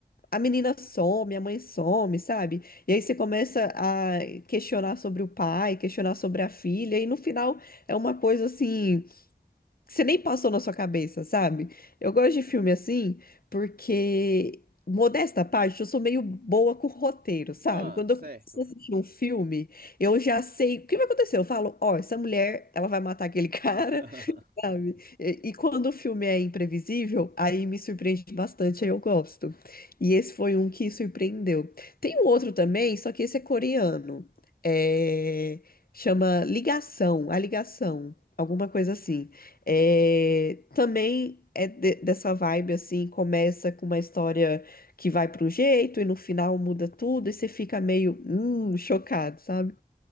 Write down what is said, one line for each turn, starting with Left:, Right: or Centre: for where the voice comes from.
Left: a menina some, a mãe some, sabe? E aí você começa a questionar sobre o pai, questionar sobre a filha, e no final é uma coisa assim que você nem passou na sua cabeça, sabe? Eu gosto de filme assim porque, modesta à parte, eu sou meio boa com roteiro, sabe?
Right: Ah,
Left: Quando
Right: certo.
Left: eu começo a assistir um filme, eu já sei o que vai acontecer. Eu falo, ó, essa mulher, ela vai matar aquele <laughs> cara,
Right: <laughs>
Left: Sabe? E, e quando o filme é imprevisível, aí me surpreende bastante, aí eu gosto. E esse foi um que surpreendeu. Tem um outro também, só que esse é coreano. É, Chama Ligação, A Ligação, alguma coisa assim. É, Também é de- dessa vibe assim, começa com uma história que vai para um jeito e no final muda tudo e você fica meio hum, chocado, sabe?